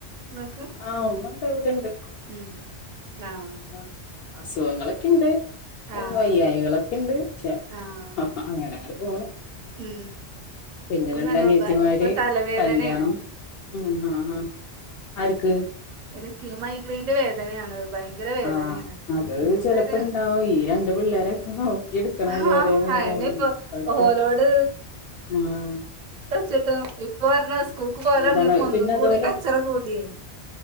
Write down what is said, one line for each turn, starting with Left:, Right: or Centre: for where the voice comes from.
Right: ഇങ്ങക്ക്?
Left: ആഹ ഉമ്മണ്ട് ഇവിടെണ്ട്
Right: ഉം ആഹ്
Left: ആഹ് അസുഖങ്ങളൊക്കെ ഇണ്ട്
Right: ആഹ്
Left: വയ്യായികളൊക്കെ ഇണ്ട് പക്ഷെ
Right: ആഹ്
Left: അങ്ങനെ അങ്ങട് പോണ്
Right: ഉം
Left: പിന്നെ
Right: ഇൻക്കും
Left: രണ്ടനിയത്തിമാര്
Right: തന്നെ ഭ ഇപ്പൊ തലവേദനേണ്
Left: കല്യാണം ഉം ആഹ് ആഹ് ആര്ക്ക്‌?
Right: എനിക്ക് മൈഗ്രെയിന്റെ വേദനയാണ് ഭയങ്കര വേദനേണ്
Left: ആഹ് അത്
Right: ഇപ്പൊന്നൊരു
Left: ചെലപ്പ ഇണ്ടാവും ഈ രണ്ട് പിള്ളേരൊക്കെ നോക്കിയെടുക്ക ക്കണല്ലേ
Right: ആഹ്
Left: ഒരേ നേരം
Right: അയന്നെ ഇപ്പൊ
Left: <unintelligible>
Right: ഓലോട്
Left: ആഹ്
Right: <unintelligible> ഇപ്പം <unintelligible> സ്കൂൾക്ക് പോവല്
Left: അതാണ്
Right: തൊടങ്ങിയപ്പോ ഒന്നും
Left: പിന്നെ
Right: കൂടി
Left: അതുപോലെ
Right: കച്ചറ കൂടിയേ